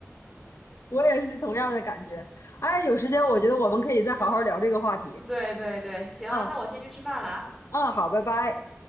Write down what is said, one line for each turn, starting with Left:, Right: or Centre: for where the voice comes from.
Left: 我也是同样的感觉。哎，有时间我觉得我们可以再好好聊这个话题
Centre: 对对对，行，
Left: 啊
Centre: 那我先去吃饭了啊。
Left: 啊，好，拜拜。